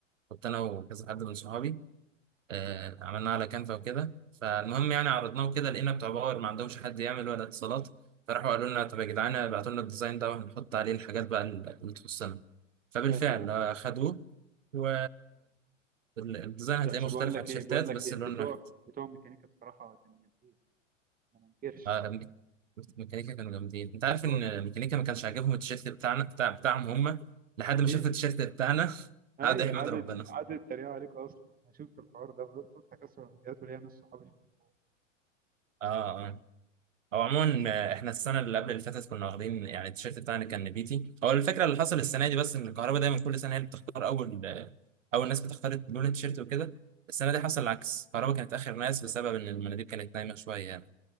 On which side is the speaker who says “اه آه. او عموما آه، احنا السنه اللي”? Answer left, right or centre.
Right